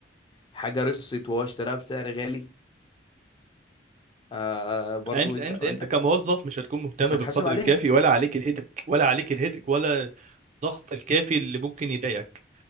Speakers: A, on the left; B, on the right.
A: حاجة رخصت وهو اشتراها بسعر غالي آه برضو
B: انت
A: انت
B: انت
A: انت
B: انت كموظف مش هتكون مهتم
A: مش هتحاسب
B: بالقدر
A: عليها
B: الكافي ولا عليك الهدك ولا عليك الهدك ولا الضغط الكافي اللي ممكن يضايقك